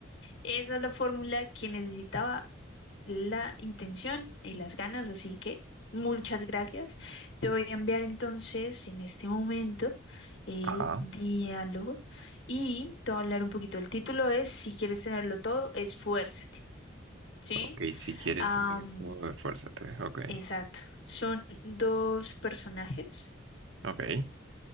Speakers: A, on the left; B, on the right.
A: Esa es la fórmula que necesitaba la intención y las ganas, así que muchas gracias. Te voy a enviar entonces en este momento el
B: Ajá,
A: diálogo y te voy a hablar un poquito. El título es, si quieres tenerlo todo, esfuérzate, ¿sí?
B: ok, si quieres
A: Am,
B: tenerlo todo, esfuérzate, ok,
A: exacto. Son dos personajes.
B: ok.